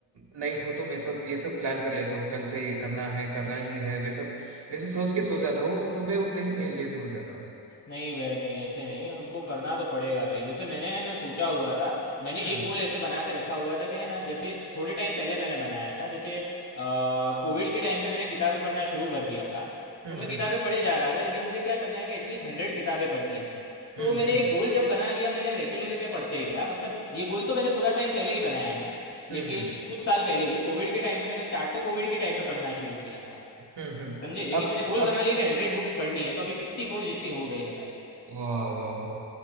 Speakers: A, on the right; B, on the left.
A: नाइट हो तो मैं सब ये सब प्लान कर लेता हूँ कल से ये करना है करना ही है वे सब वैसे सोच के सो जाता हूँ सुबह उठते ही मैं लेजी हो जाता हूँ
B: नहीं भाई नहीं ऐसे नहीं हमको करना तो पड़ेगा भाई जैसे मैंने है ना सोचा हुआ था मैंने
A: हम्म
B: एक गोल ऐसे बना के रखा हुआ था कि है ना जैसे थोड़े टाइम पहले मैंने बनाया था जैसे कोविड के टाइम पे मैंने किताबें पढ़ना शुरू कर दिया था
A: हम्म
B: तो मैं किताबें पढ़े जा रहा था लेकिन मुझे क्या करना है कि एटलीस्ट हंड्रेड किताबें पढ़नी है तो
A: हम्म
B: वो मैंने
A: हम्म
B: एक
A: हम्म
B: गोल जब बना लिया मैंने रेगुलरली मैं पढ़ते गया मतलब ये गोल तो मैंने थोड़ा टाइम पहले ही बनाया है
A: हम्म
B: लेकिन
A: हम्म
B: कुछ साल पहले ही कोविड के टाइम पे मैंने स्टार्ट तो कोविड के टाइम पे पढ़ना शुरू किया था
A: हम्म हम्म। हम्म।
B: समझे लेकिन
A: अब
B: मैंने गोल
A: अब
B: बना लिया कि हंड्रेड बुक्स पढ़नी है तो अभी सिक्सटी फोर जितनी हो गई है भाई
A: वाह वाह वाह